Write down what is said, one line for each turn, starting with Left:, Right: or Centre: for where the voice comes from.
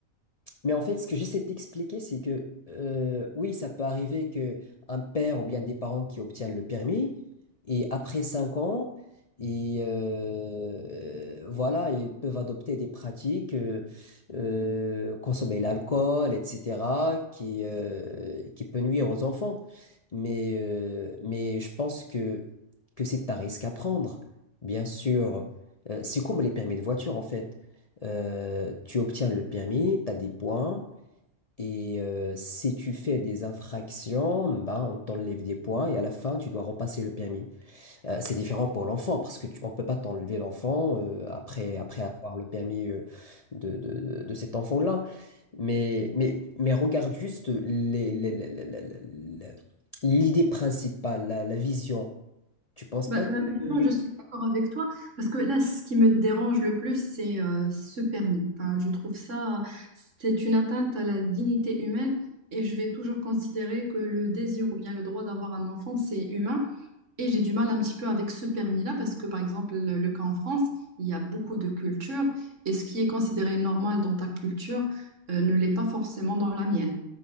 Left: Mais en fait, ce que j'essaie d'expliquer, c'est que euh, oui, ça peut arriver que un père ou bien des parents qui obtiennent le permis et après 5 ans, et euh, voilà, ils peuvent adopter des pratiques, euh, euh, consommer l'alcool, etc., qui euh, qui peut nuire aux enfants. Mais euh, mais je pense que que c'est un risque à prendre, bien sûr. Euh, c'est comme les permis de voiture en fait. Euh, tu obtiens le permis, tu as des points, et euh, si tu fais des infractions, ben, on t'enlève des points, et à la fin, tu dois repasser le permis. Euh, c'est différent pour l'enfant, parce que tu- on peut pas t'enlever l'enfant euh, après, après avoir le permis euh, de, de, de- de cet enfant-là. Mais, mais, mais regarde juste les, les- les- les- les- les- les- l'idée principale, la, la vision. Tu penses
Right: Bah
Left: pas que...
Right: là, maintenant, je suis d'accord avec toi parce que là, ce qui me dérange le plus, c'est euh, ce permis. Enfin, je trouve ça, c'est une atteinte à la dignité humaine et je vais toujours considérer que le désir ou bien le droit d'avoir un enfant, c'est humain. Et j'ai du mal un petit peu avec ce permis-là parce que, par exemple, le, le cas en France, il y a beaucoup de cultures et ce qui est considéré normal dans ta culture euh, ne l'est pas forcément dans la mienne.